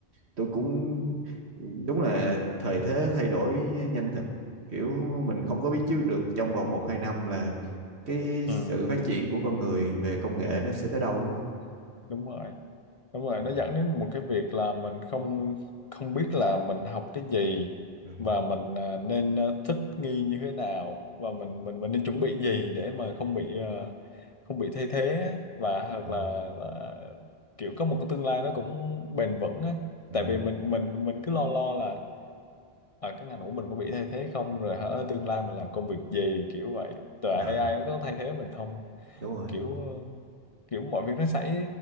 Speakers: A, on the right (about 85°); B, on the left (about 40°).
A: tôi cũng đúng là thời thế thay đổi nhanh thật kiểu mình không có biết trước được trong vòng một hai năm là cái
B: ừ,
A: sự
B: ừ,
A: phát
B: ừ.
A: triển của con người về công nghệ nó sẽ tới đâu đúng không
B: đúng rồi đúng rồi
A: ừ.
B: nó dẫn đến một cái việc là mình không không biết là mình học cái gì
A: Ừ.
B: và mình à, nên à, thích nghi như thế nào và mình mình mình nên chuẩn bị gì để mà không bị à, không bị thay thế ấy. và hoặc
A: Ờ.
B: là, là kiểu có một cái tương lai nó cũng bền vững á
A: Ừ.
B: tại vì mình mình mình cứ lo lo là à, cái ngành của mình có bị thay thế không rồi hả tương lai mình làm công việc gì kiểu vậy rồi
A: Ờ.
B: AI nó có thay thế mình không
A: đúng rồi
B: kiểu kiểu mọi việc nó xảy